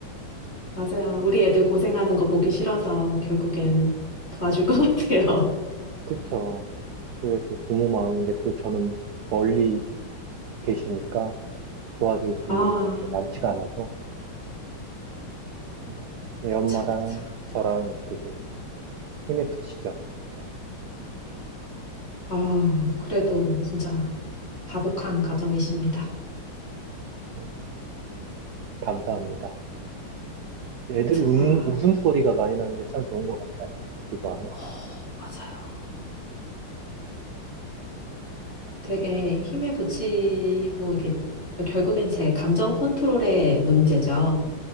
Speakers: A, on the left (about 30°); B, on the right (about 70°).
A: 맞아요. 우리 애들 고생하는 거 보기 싫어서 결국엔 도와줄 것 같아요.
B: 그쵸. 그게 또 부모 마음인데 또 저는 멀리 계시니까 도와줄 분들이
A: <laughs> 아,
B: 그렇게 많지가 않아서, 음, 애
A: 그쵸,
B: 엄마랑
A: 그쵸.
B: 저랑 이렇게 좀 힘에 부치죠. 네.
A: 아, 그래도 진짜 다복한 가정이십니다.
B: 음, 감사합니다. 애들 음,
A: 아,
B: 웃음소리가 많이 나는 게 참 좋은 것 같아요. 그거 하면.
A: 어, 맞아요.
B: 네,
A: 되게 힘에 부치고 이게 뭐 결국엔 제 감정 컨트롤의 문제죠.